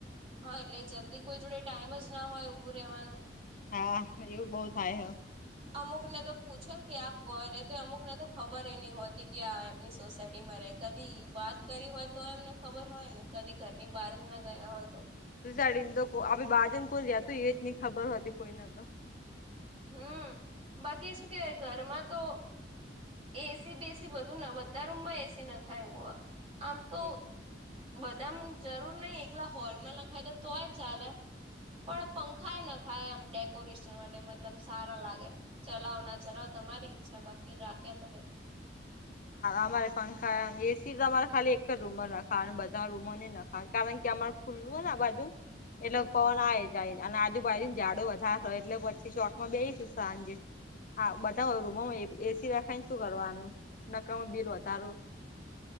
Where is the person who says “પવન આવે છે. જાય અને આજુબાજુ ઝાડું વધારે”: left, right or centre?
Left